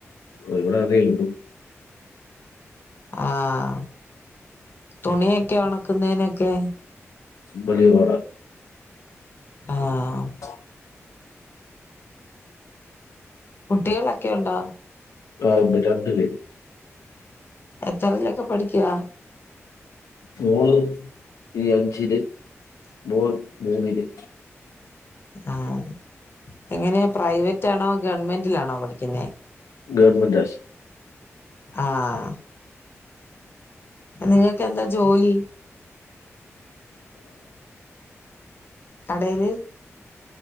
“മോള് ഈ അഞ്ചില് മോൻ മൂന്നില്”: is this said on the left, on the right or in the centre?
Left